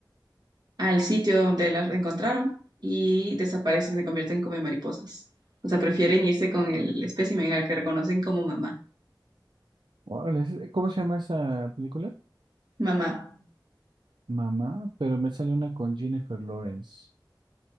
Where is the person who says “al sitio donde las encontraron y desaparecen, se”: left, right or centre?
Right